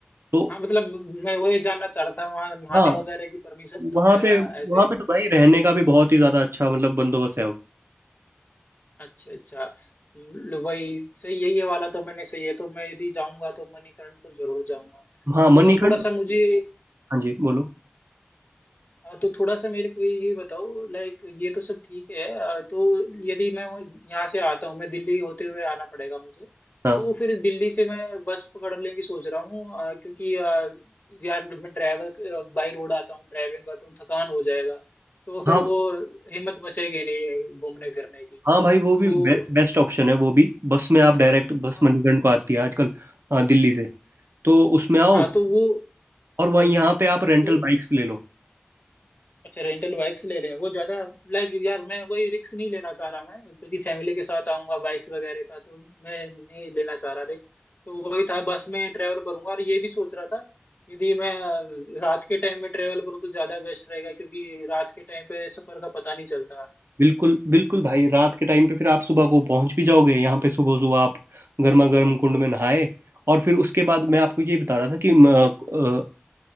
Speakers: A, on the right (about 75°); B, on the left (about 45°).
A: तो
B: हाँ मतलब मैं वही जानना चाह रहा था वहाँ नहाने
A: हाँ
B: वगैरह की परमिशन तो
A: वहाँ
B: है
A: पे
B: ना
A: वहाँ
B: ऐसे
A: पे तो भाई रहने का भी बहुत ही ज़्यादा अच्छा मतलब बंदोबस्त है अब।
B: अच्छा अच्छा ल- वही सही है ये वाला तो मैंने सही है तो मैं यदि जाऊंगा तो मणिकरण तो जरूर जाऊंगा
A: हाँ मणिखंड
B: तो थोड़ा सा मुझे
A: हाँ जी बोलो
B: हाँ, तो थोड़ा सा मेरे को ये बताओ लाइक ये तो सब ठीक है अ, तो यदि मैं वहीं- यहाँ से आता हूँ मैं दिल्ली होते हुए आना पड़ेगा मुझे
A: हाँ
B: तो फिर दिल्ली से मैं बस पकड़ने की सोच रहा हूँ अ, क्योंकि अ, यार मैं ड्राइवर बाई रोड आता हूँ ड्राइविंग करता हूँ थकान हो जाएगा तो फिर
A: हाँ
B: वो हिम्मत बचेगी नहीं घूमने फिरने की
A: हाँ भाई वो
B: तो
A: भी बे, बेस्ट ऑप्शन है वो भी बस में आप डायरेक्ट बस
B: हाँ
A: मणिकर्ण को आती है आजकल आ, दिल्ली से तो उसमें आओ
B: हाँ, तो वो
A: और वहीं यहाँ पे आप रेंटल
B: तो
A: बाइक्स ले लो
B: अच्छा रेंटल बाइक्स ले लें वो ज्यादा लाइक यार मैं वही रिक्स नहीं लेना चाह रहा मैं क्योंकि फैमिली के साथ आऊंगा बाइक्स वगैरह का तो मैं नहीं लेना चाह रहा रिक्स तो वही था बस में ट्रेवल करूंगा और ये भी सोच रहा था यदि मैं अ, रात के टाइम में ट्रेवल करूँ तो ज्यादा बेस्ट रहेगा क्योंकि रात के टाइम पे सफर का पता नहीं चलता
A: बिल्कुल बिल्कुल भाई रात के टाइम पे फिर आप सुबह को पहुंच भी जाओगे यहाँ पे सुबह सुबह आप गर्मा गर्म कुंड में नहाए और फिर उसके बाद मैं आपको ये बता रहा था कि म- अ,